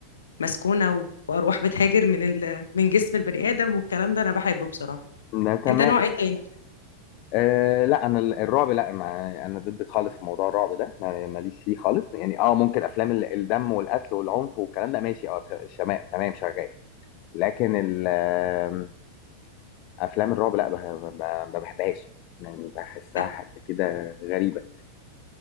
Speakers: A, on the left (about 65°); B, on the left (about 40°).
A: مسكونة و- وأرواح بتهاجر من ال... من جسم البني آدم والكلام ده أنا بحبه بصراحة
B: لا تمام
A: أنت نوع إيه تاني؟
B: أه لا انا ال- الرعب لا ما انا ضد خالص في موضوع الرعب ده ما- ماليش فيه خالص يعني اه ممكن افلام ال- الدم والقتل والعنف والكلام ده ماشي اه ش- شماء تمام شغال لكن ال- آم، افلام الرعب لا بح- ب- ما بحبهاش يعني بحسها
A: ده,
B: حاجه كده غريبه